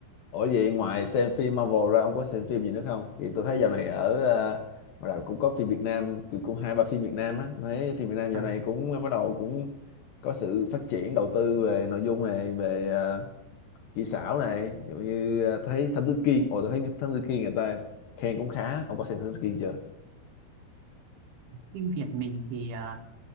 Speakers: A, on the left; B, on the right.
A: Ủa vậy ngoài xem phim Marvel ra ông có xem phim gì nữa không? Thì tôi thấy dạo này ở à, ngoài đảo cũng có phim Việt Nam, kiểu cũng hai ba phim Việt Nam á, Tôi thấy phim Việt Nam dạo
B: à,
A: này cũng bắt đầu cũng có sự phát triển đầu tư về nội dung này, về à, kỹ xảo này, ví dụ như à, tôi thấy Thám Tử Kiên, ồ tôi thấy Thám Tử Kiên người ta khen cũng khá, ông có xem Thám Tử Kiên chưa?
B: phim Việt mình thì ờ,